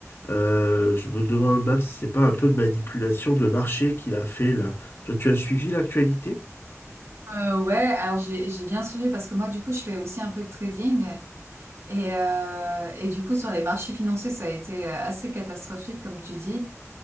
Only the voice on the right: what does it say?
Euh, ouais, alors j'ai j'ai bien suivi parce que moi du coup je fais aussi un peu de trading et euh, et du coup sur les marchés financiers ça a été euh, assez catastrophique comme tu dis.